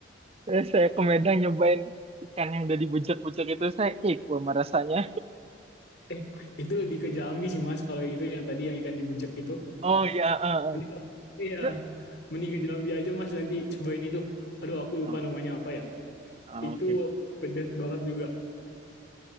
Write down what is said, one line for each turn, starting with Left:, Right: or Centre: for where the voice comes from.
Right: Terus saya ke Medan nyobain ikan yang udah dibejek-bejek itu saya kepo sama rasanya.
Left: eh itu lebih ke Jambi sih mas kalau itu yang tadi yang ikan dibejek itu
Right: Oh ya, eh, eh.
Left: nanti kalau iya
Right: Itu-
Left: mending ke Jambi aja mas nanti cobain itu aduh aku lupa
Right: oh,
Left: namanya apa ya
Right: ah,
Left: itu
Right: oke,
Left: pedas banget juga